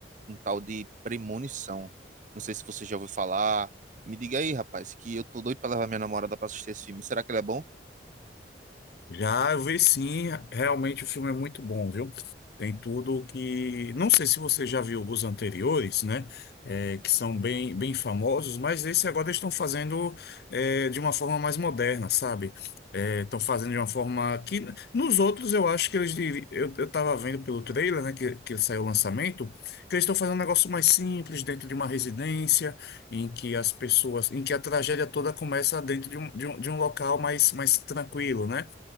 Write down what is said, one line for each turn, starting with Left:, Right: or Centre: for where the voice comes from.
Right: um tal de Premonição. Não sei se você já ouviu falar. Me diga aí, rapaz, que eu tô doido para levar minha namorada para assistir esse filme. Será que ele é bom?
Left: Já eu vi sim, realmente o filme é muito bom, viu? Tem tudo que. Não sei se você já viu os anteriores, né? É, que são bem, bem famosos, mas esse agora eles estão fazendo é, de uma forma mais moderna, sabe? É, Estão fazendo de uma forma que. Nos outros, eu acho que eles. diri- Eu, eu tava vendo pelo trailer, né? Que, que saiu o lançamento, que eles estão fazendo um negócio mais simples, dentro de uma residência, em que as pessoas. Em que a tragédia toda começa dentro de um, de um, de um local mais, mais tranquilo, né?